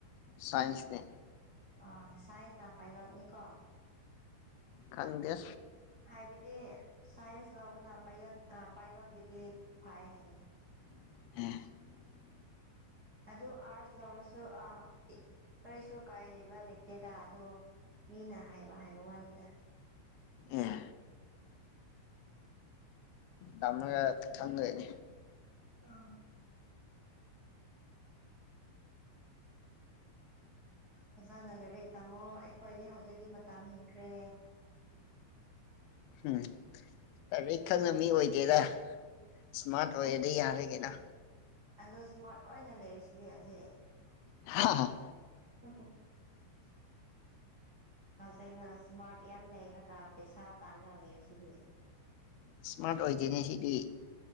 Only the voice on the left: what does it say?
ꯁꯥꯏꯟꯁꯅꯦ
ꯈꯪꯗꯦ
<unintelligible>
ꯑꯦ ꯊꯃꯒ ꯊꯪꯅꯤ
ꯎꯝ ꯂꯥꯏꯔꯤꯛ ꯈꯪꯅ ꯃꯤ ꯑꯣꯏꯗꯦꯔ ꯏꯁꯃꯥꯔꯠ ꯑꯣꯏꯔꯗꯤ ꯌꯥꯔꯒꯦꯅ
ꯍꯥ ꯍꯥ
ꯏꯁꯃꯥꯔꯠ ꯑꯣꯏꯗꯦꯅꯦ ꯁꯤꯗꯤ